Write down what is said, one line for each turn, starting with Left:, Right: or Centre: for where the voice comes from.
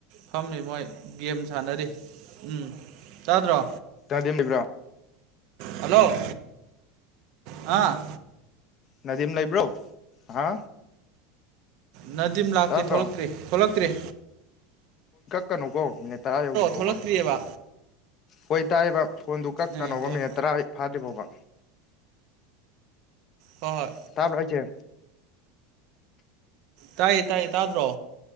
Right: ꯐꯝꯃꯤ ꯃꯣꯏ ꯒꯦꯝ ꯁꯥꯟꯅꯔꯤꯦ ꯎꯝ ꯌꯥꯗ꯭ꯔꯣ
Left: ꯏꯗꯤ ꯂꯩꯕ꯭ꯔꯣ
Right: ꯍꯜꯂꯣ ꯑꯥ
Left: ꯅꯗꯤꯝ ꯂꯩꯕ꯭ꯔꯣ ꯍꯥ
Right: ꯅꯅꯥꯗꯤꯝ ꯂꯥꯛꯇꯦ
Left: ꯇꯥꯗ꯭ꯔꯣ
Right: ꯊꯣꯛꯂꯛꯇ꯭ꯔꯤꯛꯇ ꯇ꯭ꯔꯦ
Left: ꯀꯅꯣ ꯀꯣ ꯃꯤꯅꯠ ꯇꯔꯥ ꯌꯧꯗ꯭ꯔꯤ ꯐꯥꯎꯕ
Right: ꯊꯣꯛꯂꯛꯇ꯭ꯔꯤꯑꯕ
Left: ꯍꯣꯏ ꯇꯔꯦꯕ ꯐꯣꯟꯗꯨ ꯀꯛꯀꯅꯣꯧꯕ
Right: ꯎꯝ ꯍꯣꯏ
Left: ꯃꯤꯅꯠ ꯇꯔꯥ ꯐꯥꯗ꯭ꯔꯤ ꯐꯥꯎꯕ
Right: ꯍ ꯍꯣꯏ
Left: ꯇꯕꯔꯁꯦ
Right: ꯇꯥꯏꯌꯦ ꯇꯥꯏꯌꯦ ꯇꯥꯗ꯭ꯔꯣ